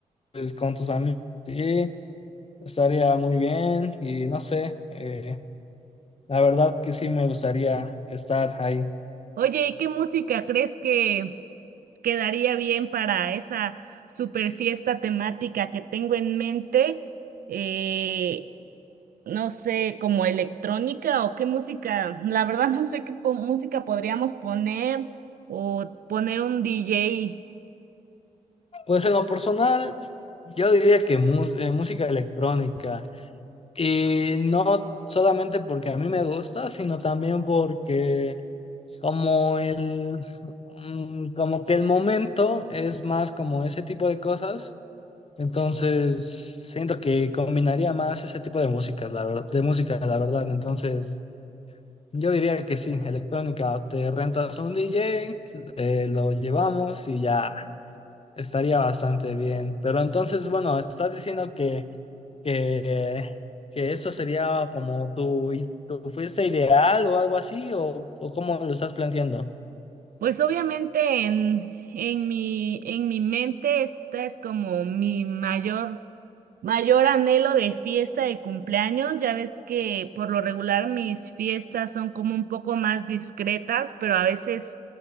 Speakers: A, on the left; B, on the right.
A: pues, con tus amigos, sí, estaría muy bien. Y no sé, eh, la verdad que sí me gustaría estar ahí.
B: Oye, ¿y qué música crees que quedaría bien para esa super fiesta temática que tengo en mente. eh, no sé, como electrónica o qué música. La verdad <laughs> no sé qué po- música podríamos poner o poner un DJ.
A: Pues en lo personal, yo diría que mu- eh, música electrónica. Y no solamente porque a mí me gusta, sino también porque como el, mm, como que el momento es más como ese tipo de cosas. Entonces, siento que combinaría más ese tipo de músicas, la verdad, de música, la verdad. Entonces, yo diría que sí, electrónica, te rentas a un DJ, eh, lo llevamos y ya Estaría bastante bien. Pero entonces, bueno, estás diciendo que, que, que eso sería como tu, tu fuerza ideal o algo así, o, o cómo lo estás planteando.
B: Pues obviamente en, en mi, en mi mente esta es como mi mayor Mayor anhelo de fiesta de cumpleaños, ya ves que por lo regular mis fiestas son como un poco más discretas, pero a veces